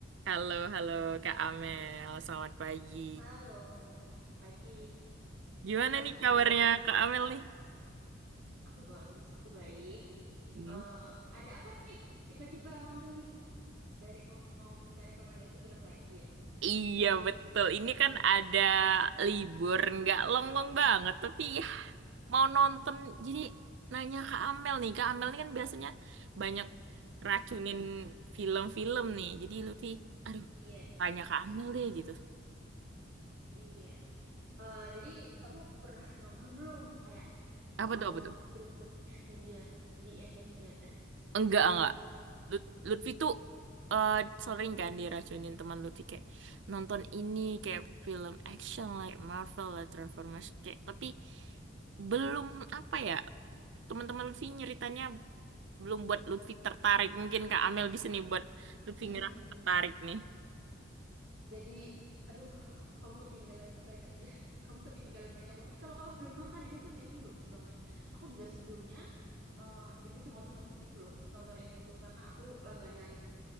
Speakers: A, on the right; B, on the right.
A: Halo, halo Kak Amel. Selamat pagi.
B: Halo, pagi.
A: Gimana
B: Apa
A: nih
B: nih
A: kabarnya
B: tiba-tiba nih?
A: Kak Amel nih?
B: Aku bagus, aku baik.
A: Hmm.
B: Eh, ada apa nih? Tiba-tiba manggil nih. Dari rekom- mau minta rekomendasi film lagi ya?
A: Iya, betul. Ini kan ada libur, nggak long-long banget. Tapi ya, mau nonton. Jadi nanya Kak Amel nih. Kak Amel ini kan biasanya banyak racunin film-film nih. Jadi Lutfi, aduh,
B: Iya nih,
A: tanya Kak Amel deh gitu.
B: iya. Eh, jadi kamu pernah nonton belum kayak
A: Apa
B: eh,
A: tuh, apa tuh?
B: film-filmnya Avenger, The Avenger?
A: Enggak, enggak. Lut- Lutfi tuh eh, sering kan diracunin teman Lutfi kayak nonton ini kayak film action like Marvel lah Transformers kayak tapi belum apa ya teman-teman Lutfi nyeritanya belum buat Lutfi tertarik mungkin Kak Amel bisa nih buat Lutfi
B: Hmm.
A: ngerasa tertarik nih
B: Jadi, aduh, kamu ketinggalan banyak. <laughs> Ya, Kamu ketinggalan banyak banget. Kalau kamu belum nonton, ini tuh film bagus banget. Aku juga sebelumnya eh, dikasih motivasi gitu loh nonton ini tuh karena aku langganan